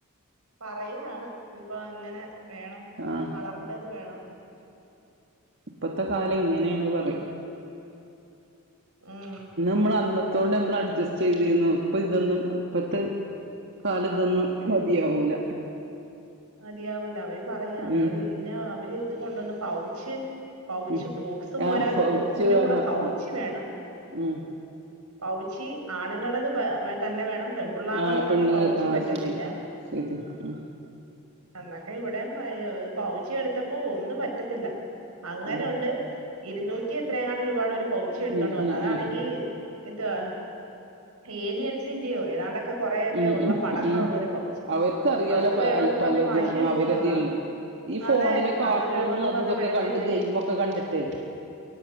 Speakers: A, on the right; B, on the right.
A: പറയാണ് ഇപ അങ്ങനെ വേണം
B: ആഹ്
A: കളറിന്റത് വേണം
B: പ്പത്തെ കാലെ ഇങ്ങെനേണ് പറി
A: ഉം
B: മ്മള് അന്നത്തോണ്ട് അമ്മൾ അഡ്ജച്ചെയ്തീന്നു ഇപ്പൊ ഇതൊന്നും ഇപ്പത്തെ കാലതൊന്നും മതിയാവൂല
A: അതിയാവൂല അവര് പറയാ
B: ഉം
A: അവര് ഇന്നാ അവര് ഇത് കൊണ്ട്വന്ന് പൗച്ച് പൗച്ച്
B: ഉം
A: ബോക്സ് പോരാതെ
B: ആഹ് പൗച്ച്
A: ബോക്സിന്റെ
B: വേണം
A: കൂടെ പൗച്ച് വേണം
B: ഉം
A: പൗച്ച് ആണുങ്ങടത് പ തന്നെ വേണം പെമ്പുള്ളാറെ
B: ആഹ്
A: കൂട്ടത്തെ
B: പെണ്ണുങ്ങൾ
A: പൗച്ച്
B: ആഹ്
A: പറ്റത്തില്ല
B: ശരി ശരി ഉം
A: അന്നൊക്കെ ഇവടെം ആയി പൗച്ച് എടുത്തപ്പോ ഒന്നും പറ്റത്തില്ല അങ്ങെനൊണ്ട്
B: ഉം
A: ഇരുന്നൂറ്റി എത്രേങ്ങാണ്ട് രൂപാടെ ഒരു പൗച്ച് എടുത്തോണ്ട്
B: ഉം
A: വന്ന
B: ഉം
A: അതാണെങ്കി
B: ഉം ഉം
A: ഇന്തുവ ഏലിയൻസിന്റെയോ ഏതാണ്ട കൊറേക്കെ
B: ഉം
A: ഒള്ള
B: ഉം
A: പടങ്ങളൊള്ളൊരു
B: ഉം
A: പൗച്ച്
B: അവർക്കറിയാലോ
A: അത്
B: പ
A: വേണോന്ന്
B: പലതും
A: പർഞ്ഞ് വാശി എടുത്ത്
B: അവരതില്
A: ലാ
B: ഈ ഫോണിലെ
A: അതെ
B: കാർട്ടൂണ്
A: അത് വേണോന്ന്
B: അത്
A: പറഞ്ഞ്
B: ഇതൊക്കെ
A: വഴക്കിട്ട്
B: കണ്ട് ഗെയിമൊക്കെ കണ്ടിട്ടേ